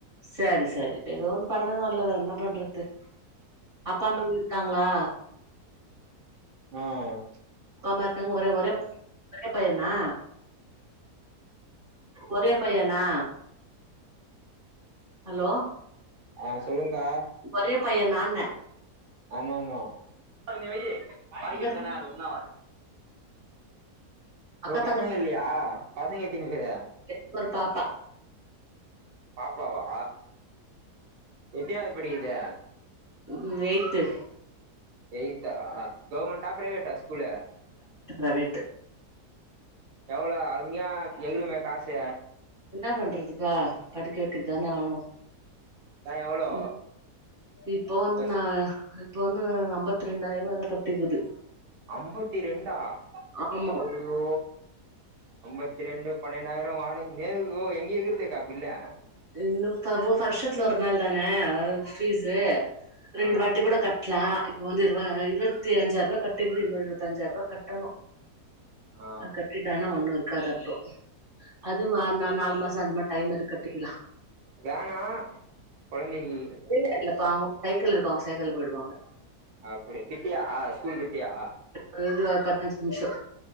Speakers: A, on the right; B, on the right.
A: செரி செரி ஏதோ ஒன்னு பண்ணணு இல்ல வேற என்னாப் பண்றது அப்பா அம்மா இருக்காங்களா
B: ஆஹ்
A: அப்பா அம்மா இருக்காங்க ஒரே ஒரே ஒரே பையனா ஒரே பையனா அலோ
B: ஆ சொல்லுங்க்கா
A: ஒரே பைய நான்ன
B: ஆமா ஆமா நீ வையி
A: அக்கா
B: பாகெடு
A: தங்கச்சி
B: தான அது ஒண்ணாவாது
A: அக்கா
B: உன்கு பசங்க இல்லயா பசங்க எத்தினி பேரு
A: என்க் ஒரு பாப்பா
B: பாப்பாவா எத்தினாவுது படிக்குது
A: ம் எய்த்து
B: எய்த்தா கவ்ர்மெண்டா பிரைவேட்டா ஸ்கூல்லு
A: ப்ரவேட்டு
B: எவ்ளோ அதுமியா எகுருமே காசு
A: என்ன பண்றதுப்பா படிக்க வெக்கதுதானே ஆவ்னு
B: எவ்ளோ
A: ம் இப்போ வந்து
B: வருஷ
A: நா இப்ப வந்து அம்பத்தி ரெண்டாயிரோ அத கட்டிக்குது
B: அம்பத்தி ரெண்டா
A: ஆமா
B: ஐயோ அம்பத்தி ரெண்டு பன்னிர் ரெண்டாயிரோ வாடக ஏங்கோ எங்எகுறுதேக்கா பில்லு
A: இன்னு வருஷத்துல ஒரு நாள் தானே பீஸ்சு ரெண்டு
B: ஆ
A: வாட்டி கூட கட் லா இப்ப வந்து இரு இருவத்தி அஞ்சாயிருவா கட்டிக்குது இன்னு இருவத்தஞ்சாயிருபா கட்டணு
B: ஆ
A: அ கட்டிட்டானா ஒண்ணு இருக்காது அப்றோ அதுவு நான் நாலு மாசோ அஞ்சு மாச டைம் இருக்கு கட்டீக்களா
B: வேனா கொழந்தைக்கு
A: இல்ல இல்லப்பா அவ்ங்க சைக்கிள் இருக்காவ்ங்க சைக்கிள்ள போய்டுவாங்க
B: அப்டி கிட்டையா ஆ ஸ்கூல் கிட்டியா
A: அங்கர்ந்து ஒர் பத்னஞ்சு நிமிஷோ